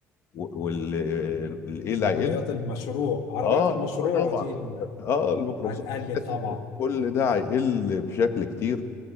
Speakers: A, on the left; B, on the left.
A: والايه
B: عربيات
A: هيقل
B: المشروع عربيات
A: اه
B: المشروع
A: اه طبعا
B: دي ال-
A: اه الميكروباصات
B: هتقلل
A: والحاجات
B: طبعا
A: دي كل ده هيقل بشكل كتير